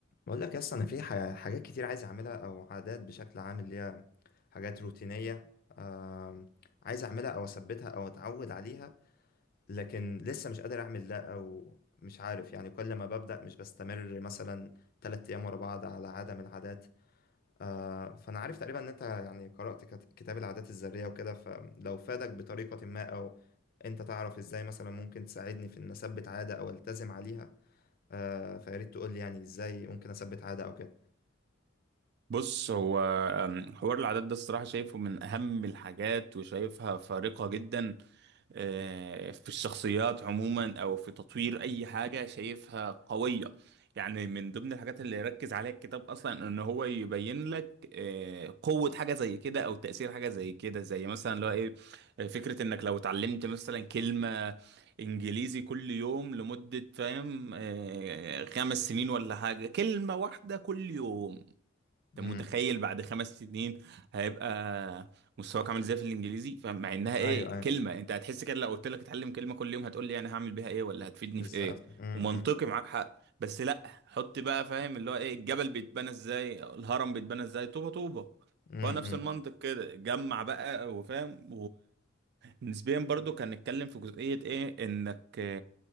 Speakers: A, on the left; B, on the right.
A: بقول لك اصلا انا في ح- حاجات كتير عايز اعملها او عادات بشكل عام اللي هي حاجات روتينيه آم، عايز اعملها او اثبتها او اتعود عليها لكن لسه مش قادر اعمل ده او مش عارف يعني كل ما ببدا مش بستمر مثلا تلات ايام ورا بعض على عاده من العادات آه، فانا عارف تقريبا ان انت يعني قرات كت- كتاب العادات الذريه وكده فلو فادك بطريقه ما او انت تعرف ازاي مثلا ممكن تساعدني في ان اثبت عاده او التزم عليها آه، فياريت تقول لي يعني ازاي ممكن اثبت عاده او كده
B: بص هو أم، حوار العادات ده الصراحة شايفه من أهم الحاجات وشايفها فارقة جدا آه، في الشخصيات عموما أو في تطوير أي حاجة شايفها قوية يعني من ضمن الحاجات اللي يركز عليها الكتاب أصلا إن هو يبين لك آه، قوة حاجة زي كده أو تأثير حاجة زي كده زي مثلا اللي هو إيه آه، فكرة إنك لو اتعلمت مثلا كلمة انجليزي كل يوم لمدة فاهم آه، خمس سنين ولا حاجة كلمة واحدة كل يوم انت
A: امم
B: متخيل بعد خمس سنين هيبقى مستواك عامل ازاي في الانجليزي فمع انها ايه
A: ايوه ايوه
B: كلمه انت هتحس كده لو قلت لك اتعلم كلمه كل يوم هتقول لي انا هعمل بيها ايه ولا هتفيدني
A: بالظبط
B: في ايه
A: امم
B: ومنطقي معاك حق بس لا حط بقى فاهم اللي هو ايه الجبل بيتبنى ازاي الهرم بيتبنى ازاي طوبه طوبه
A: امم
B: هو نفس المنطق كده جمع بقى وفاهم ونسبيا برضو كان نتكلم في جزئيه ايه انك